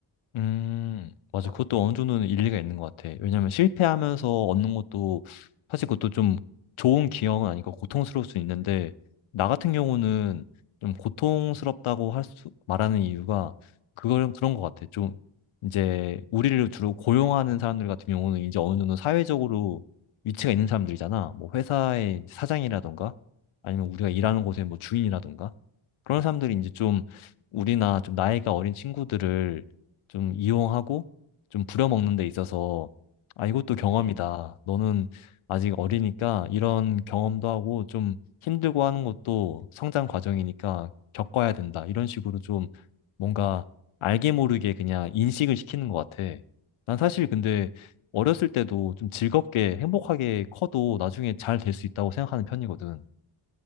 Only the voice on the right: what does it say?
나
음,
음,